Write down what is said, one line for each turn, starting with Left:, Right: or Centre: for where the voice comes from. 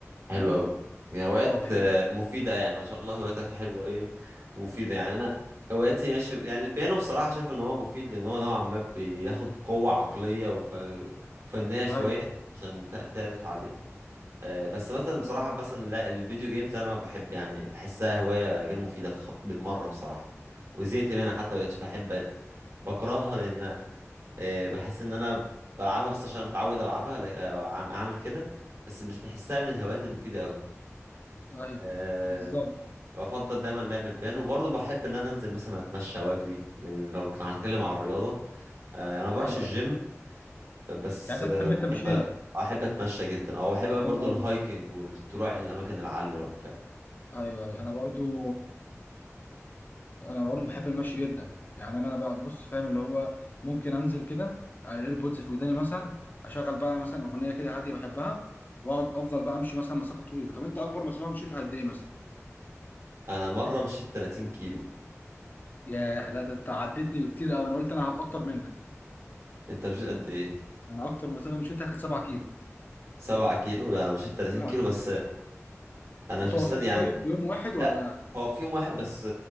Right: حلو
Left: فاهم
Right: قوي هوايات
Left: اه بحب
Right: آه، مفيدة يعني ما شاء الله هواياتك حلوة ايه مفيدة يعني انا هواياتي ماشي يعني البيانو بصراحة شايف ان هو مفيد لان هو نوعا ما بياخد قوة عقلية وف... وفنية شوية
Left: ايوه
Right: عشان ت- تعزف عليه آه، بس مثلا
Left: بالظبط.
Right: بصراحة مثلا لا الفيديو جيمز أنا ما بحب يعني بحسها هواية غير مفيدة خ- بالمرة بصراحة وزهقت منها حتى مبقتش بحب بقت بكرهها لأن آه، بحس إن أنا بلعبها بس عشان متعود ألعبها لا- آه، عم- أعمل كده بس مش بحسها من الهوايات المفيدة أوي
Left: ايوه
Right: أه
Left: بالظبط
Right: بفضل دايما لعب البيانو وبرضه بحب إن أنا أنزل مثلا أتمشى وأجري من- لو كنا هنتكلم عن الرياضة أه أنا ما بروحش
Left: ايوه
Right: الجيم
Left: أيوه.
Right: بس
Left: يعني انت
Right: آه،
Left: بتحب
Right: بحب
Left: التمشيه
Right: احب اتمشى جدا او احب
Left: آه،
Right: برضو
Left: حلو قوي
Right: الهايكنج والطلوع للاماكن العاليه وبتاع
Left: ايوه أيوة. انا برضو انا برضه بحب المشي جدا يعني انا بقى بص فاهم اللي هو ممكن انزل كده الايربودز في وداني مثلا اشغل بقى مثلا اغنيه كده هاديه بحبها واقعد افضل بقى امشي مثلا مسافه طويله طب انت اكبر مسافه مشيتها قد ايه مثلا
Right: انا مره مشيت 30 كيلو
Left: ياه لا ده انت عدتني بكتير قوي انا قلت انا هبقى اكتر منك
Right: انت مشيت قد ايه
Left: انا اكتر مسافه مشيتها كانت 7 كيلو
Right: 7 كيلو لا انا مشيت 30
Left: 7
Right: كيلو
Left: كيلو
Right: بس انا
Left: متواصلين
Right: مش مصدق يعني
Left: طيب يوم واحد
Right: لا
Left: ولا
Right: هو في يوم واحد بس